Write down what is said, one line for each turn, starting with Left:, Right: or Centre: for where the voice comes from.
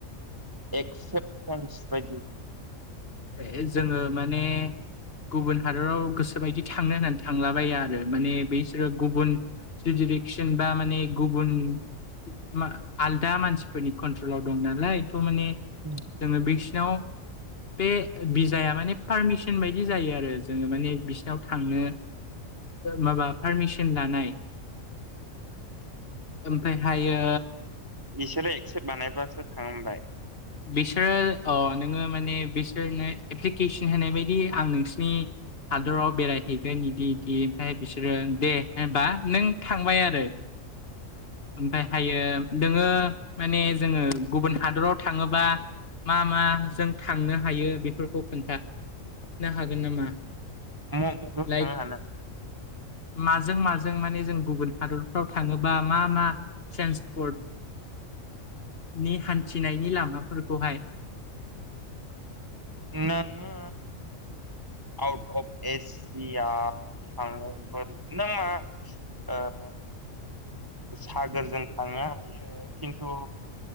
Right: एक्सेप्टेन्स बायदि
Left: ए जोंङो माने गुबुन हादराव गोसो बायदि थांनो होननानै थांलाबाया आरो माने बेसोरो गुबुन जडिरेक्सन बा माने गुबुन मा आलदा मानसिफोरनि कन्ट्रलाव दं नालाय थ माने
Right: उम।
Left: जोंङो बिसिनाव बे बिजाया माने पारमिसन बायदि जायो आरो जोंङो माने बिसिनाव थांनो माबा पारमिसन लानाय ओमफाय हायो
Right: बिसोरो एक्सेप्ट बानायबासो थांबाय
Left: बिसोरो अ नोंङो माने बिसोरनो एप्लिकेसन होनाय बायदि आं नोंसि नि हादराव बेरायहै इदि इदि ओमफ्राय बिसोरो दे होनबा नों थांबाय आरो। ओमफाय हायो नोंङो माने जोंङो गुबुन हादराव थांङोबा मा मा जों थांनो हायो बेफोरखौ खोन्था नो हागोन नामा?
Right: म <unintelligible> मगायाव
Left: लाइक
Right: थाङा हानो।
Left: माजों माजों माने जों गुबुन हादरफ्राव थांङोबा मा मा ट्रेन्सपर्ट
Right: <unintelligible>
Left: नि हान्थिनायनि लामाफोरखौहाय
Right: नङ <unintelligible> आउट अफ एसिया थांङोमोन नंङा ओ। सागोरजों थांनो हायो खिन्थु